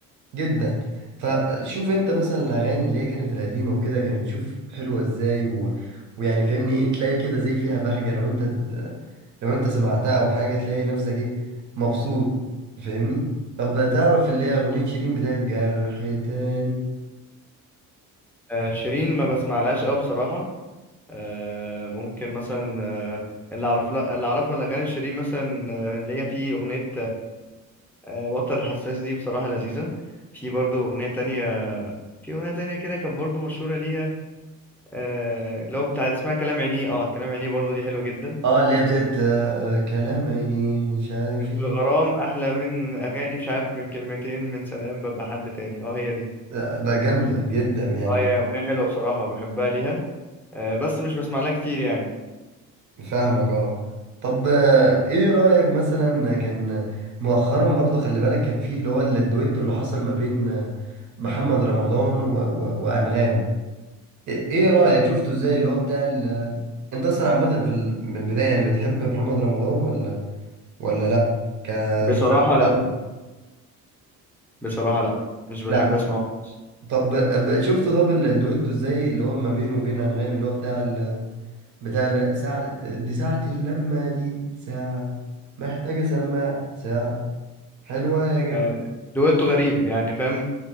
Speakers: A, on the right; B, in the centre.
A: جدا فشوف أنت مثلا الأغاني اللي هي كانت القديمة وكده كانت شوف حلوة إزاي و... ويعني فهمني إيه تلاقي كده زي فيها بهجة لو أنت لو أنت سمعتها أو حاجة تلاقي نفسك إيه مبسوط فاهمني طب تعرف اللي هي أغنية شيرين بتاعت جرح تاني
B: آه، شيرين ما بسمعلهاش قوي بصراحة آه، ممكن مثلا آه، اللي اعرف لها اللي اعرفه الاغاني شيرين مثلا آه، اللي هي في اغنية آه، وتر الحساس دي بصراحة لذيذة في برضو اغنية تانية في اغنية تانية كده كان برضو مشهورة ليها آه، اللي هو بتاع اسمها كلام عينيه اه كلام عينيه برضو دي حلوة جدا
A: اه اللي هي بتاعت آه، كلام عيني مش عارف
B: في
A: ايه
B: الغرام احلى من اغاني مش عارف من كلمتين من سلام ببقى حد تاني اه هي دي
A: آه، بقى جامدة جدا يعني
B: اه هي اغنية حلوة بصراحة بحبها ليها آه، بس مش بسمع لها كتير يعني
A: فاهمك اه طب آه، ايه رأيك مثلا كان مؤخرا برضه خلي بالك كان في اللي هو ال- الدويتو اللي حصل ما بين آه، محمد رمضان و و وأنغام ايه إيه رأيك شفته ازاي اللي هو بتاع ال... آه، انت اصلا عامة في ال... من البداية يعني بتحب محمد رمضان ولا ولا لا كمثلا
B: بصراحة لا
A: غني
B: بصراحة لا مش بحب
A: لا
B: اسمعه خالص
A: طب آه، ب- شفت طب ال- الدويتو ازاي اللي هو ما بينه وبين أنغام اللي هو بتاع ال... بتاع لا ساعة دي ساعة اللمة دي ساعة محتاجة سماع ساعة حلوة يا جماعة
B: آه، دويتو غريب يعني فاهم